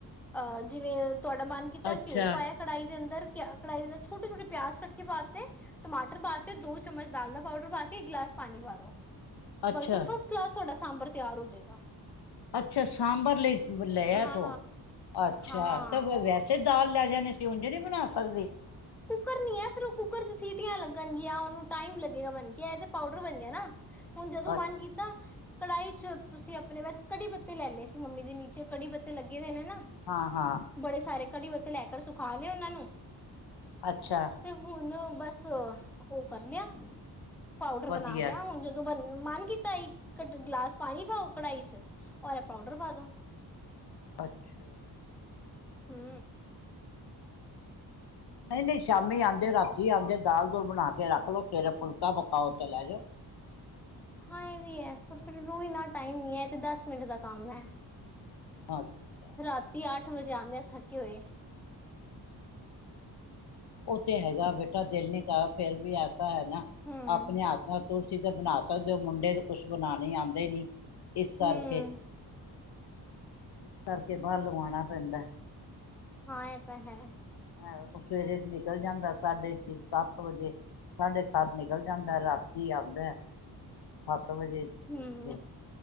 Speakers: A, in the centre; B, on the left.
A: ਅਹ ਜਿਵੇਂ ਤੁਹਾਡਾ ਮਨ ਕੀਤਾ
B: ਅੱਛਾ
A: ਘਿਓ ਪਾਇਆ ਕੜਾਹੀ ਦੇ ਅੰਦਰ ਕੜਾਈ ਦਿੰਦਾ ਛੋਟੇ ਛੋਟ ਪਿਆਜ਼ ਕਟ ਕੇ ਬਾਤੇ ਟਮਾਟਰ ਪਾਦੇੋ ਚਮਚ ਦਾਲ ਦਾ ਪਾਊਡਰ ਪਾ ਗਲਾਸ ਪਾਣੀ ਵ ਦੋ
B: ਅੱਛਾ
A: ਬਸ ਫਸਟ ਗਲਾਸ ਤੁਹਾਡਾ ਸਾਂਬਰ ਤਿਆਰ ਹੋ ਜਾਏਗਾ
B: ਅੱਛਾ। ਸਾਂਬਰ ਲਈ ਲੈ
A: ਹਾਂ
B: ਆ ਤੂੰ, ਅੱਛਾ।
A: ਹਾਂ
B: ਤਾਂ ਵੈਸੇ ਦਾਲ ਲੈ ਜਾਣੀ ਅਸੀਂ ਉਂਝੇ ਨਹੀਂ ਬਣਾ ਸਕਦੇ
A: ਕੁੱਕਰ ਨੀ ਹੈ ਫਿਰ ਉਹ ਕੁੂੱਕਰ ਚ ਸੀਟੀਆਂ ਲੱਗਣਗੀਆਂ ਉਹਨੂੰ ਟਾਈਮ ਲੱਗੇਗਾ ਬਣ ਗਿਆ ਇਹ ਤੇ ਪਾਊਡਰ ਬਣ ਗਿਆ ਨਾ ਹੁਣ ਜਦੋਂ ਮਨ
B: ਅੱਛਾ
A: ਕੀਤਾ ਕੜਾਈ ਚ ਤੁਸੀਂ ਆਪਣੇ ਮ ਕੜੀ ਪੱਤੇ ਲੈ ਲਏ ਸੀ ਮੰਮੀ ਜੀ ਨੀਚੇ ਕੜੀ ਪੱਤੇ ਲੱਗੇ ਨੇ ਨਾ
B: ਹਾਂ ਹਾਂ
A: ਬੜੇ ਸਾਰੇ ਘੜੀ ਬੱਤੇ ਲੈ ਕਰ ਸੁਖਾ ਲਏ ਉਹਨਾਂ ਨੂੰ
B: ਅੱਛਾ
A: ਤੇ ਹੁਣ ਬਸ ਉਹ ਕਰ ਲਿਆ ਪਾਊਡਰ
B: ਵਧੀਆ
A: ਬਣਾ ਲਿਆ ਹੁਣ ਜਦੋਂ ਬੰ ਮਨ ਕੀਤਾ ਸੀ ਕ ਗਲਾਸ ਪਾਣੀ ਪਾਓ ਕੜਾਹੀ ਚ ਔਰ ਪਾਊਡਰ ਪਾ ਦੋ
B: ਅੱਛਾ
A: ਹੂੰ
B: ਨਹੀਂ ਨਹੀਂ ਸ਼ਾਮੀ
A: ਐਸੇ
B: ਆਉਂਦੇ
A: ਹੈ
B: ਰਾਤੀ ਆਉਂਦੇ ਦਾਲ ਬਣਾ ਕੇ ਰੱਖ ਲੋਓ ਫਿਰ ਫੁਲਕਾ ਪਕਾਓ ਤੇ ਲੈ ਜਾਓ
A: ਹਾਂ ਇਹ ਵੀ ਹੈ ਪਰ ਫਿਰ ਰੋ ਇਨਾ ਟਾਈਮ ਨ ਹੈ ਤੇ ਦਸ ਮਿੰਟ ਦਾ ਕੰਮ ਹੈ
B: ਅੱਛਾ
A: ਰਾਤੀ ਅੱਠ ਵਜੇ ਆਉਂਦਿਆਂ ਥੱਕੇ ਹੋਏ
B: ਉਹ ਤੇ ਹੈਗਾ ਬੇਟਾ ਦਿਲ ਨ ਕਰ ਫੇਿਰ ਵੀ ਐਸਾ ਹੈ ਨਾ
A: ਹੂੰ
B: ਆਪਣੇ ਹਥ ਨਾਲ ਤੁਸੀਂ ਤਾਂ ਬਣਾ ਸਕਦੇ ਹੋ ਮੁੰਡੇ ਤੇ ਕੁਛ ਬਣਾਣੇ ਹੀ ਆਉਂਦੇ ਨੀ ਇਸ ਕਰਕੇ
A: ਹੂੰ
B: ਇਸ ਕਰਕੇ ਬਾਹਰ ਲਵਾਉਣਾ ਪੈਂਦਾ
A: ਹਾਂ ਆ ਤਾਂ ਹੈ
B: ਹੈ ਉਹ ਸਵੇਰੇ ਨਿਕਲ ਜਾਂਦਾ ਸਾਡੇ ਇੱਥੇ ਸੱਤ ਵਜੇ ਸਾਡੇ ਸੱਤ ਨਿਕਲ ਜਾਂਦਾ ਰਾਤੀ ਆਉਂਦਾ ਸੱਤ ਸੱਤ ਵਜੇ ਛੇ
A: ਹੂੰ
B: ਵਜੇ